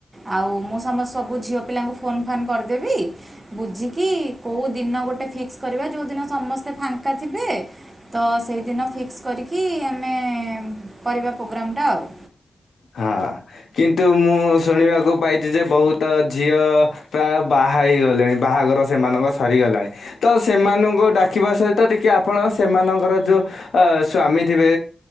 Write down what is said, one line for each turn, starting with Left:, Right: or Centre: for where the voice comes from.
Right: ଆଉ ମୁଁ ସମର ସବୁ ଝିଅ ପିଲାଙ୍କୁ ଫୋନ୍ ଫାନ୍ କରିଦେବି। ବୁଝିକି କୋଉ ଦିନ ଗୋଟେ ଫିକ୍ସ କରିବା ଯୋଉ ଦିନ ସମସ୍ତେ ଫାଙ୍କା ଥିବେ ତ ସେଇଦିନ ଫିକ୍ସ କରିକି ଆମେ କରିବା ପ୍ରୋଗ୍ରାମ୍ ଟା ଆଉ।
Left: ହଁ କିନ୍ତୁ ମୁଁ ଶୁଣିବାକୁ ପାଇଛି ଯେ ବୋହୁତ ଝିଅ ପ୍ରାୟ ବାହା ହେଇଗଲେଣି ବାହାଘର ସେମାନଙ୍କ ସରିଗଲାଣି। ତ ସେମାନଙ୍କୁ ଡାକିବା ସହିତ ଟିକେ ଆପଣ ସେମାନଙ୍କର ଯୋଉ ଅ ସ୍ଵାମୀ ଥିବେ